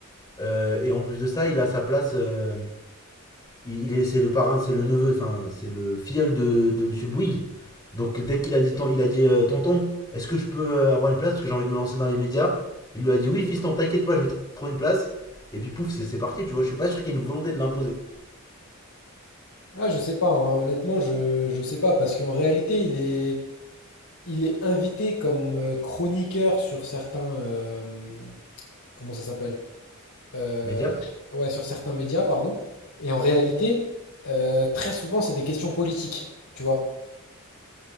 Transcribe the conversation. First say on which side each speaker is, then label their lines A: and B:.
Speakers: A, on the left; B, on the left.
A: Euh, et en plus de ça, il a sa place. euh, Il, est, c'est le parrain, c'est le neveu, enfin, c'est le filleul de, de Monsieur Bouygues. Donc dès qu'il a dit, ton- il a dit euh, tonton, est-ce que je peux euh, avoir une place parce que j'ai envie de me lancer dans les médias Il lui a dit oui, fiston, t'inquiète pas, je vais te trouver une place. Et puis pouf, c'est parti, tu vois. Je suis pas sûr qu'il y ait une volonté de l'imposer.
B: Ah, je sais pas, hein, honnêtement, je, je sais pas parce qu'en réalité il est. Il est invité comme euh, chroniqueur sur certains... euh, comment ça s'appelle? Euh,
A: Média
B: ouais, sur certains médias, pardon. Et en réalité, euh, très souvent, c'est des questions politiques, tu vois.